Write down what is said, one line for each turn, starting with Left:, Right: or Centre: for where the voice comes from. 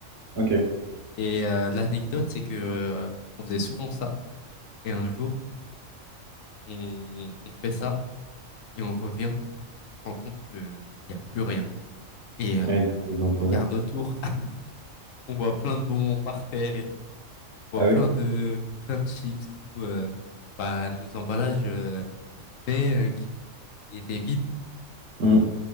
Right: ok.
Left: Et euh, l'anecdote, c'est que euh, on faisait souvent ça. Et un jour, on, on fait ça et on revient, on se rend compte que il y a plus rien. Et euh,
Right: Ouais, du coup, ils l'ont trouvé.
Left: on regarde autour, <laughs> on voit plein de bonbons par terre et tout. On
Right: Ah
Left: voit plein
Right: oui?
Left: de plein de chips et tout. euh, bah nos emballages, euh, mais euh, qui, qui étaient vides.
Right: mm,